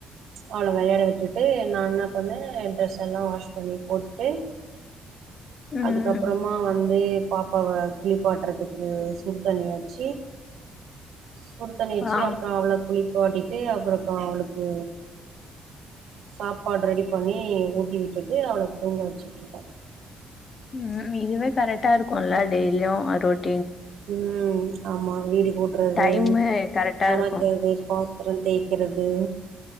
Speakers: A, on the right; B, on the left.
A: அவள விளையாட விட்டுட்டு நா என்ன பண்ணே ட்ரெஸ் எல்லா வாஷ் பண்ணி போட்டுட்டு
B: ம்
A: அதுக்கப்றமா வந்து பாப்பாவ குளிப்பாட்றதுக்கு சுடு தண்ணிய வச்சி சுடு தண்ணி வச்சி
B: ஆ
A: அப்ற அவள குளிப்பாட்டிட்டு அப்பற அவுளுக்கு சாப்பாடு ரெடி பண்ணி ஊட்டி விட் ட்டு அவள தூங்க வச்சுட்ருப்ப
B: ம் இதுவே கரெக்டா இருக்குல டெய்லியு ரொட்
A: ம் ஆமா வீடு கூட்றது
B: டைமு கரெக்டா
A: சமைக்றது
B: இருக்கு
A: பாத் தர தேக்கறது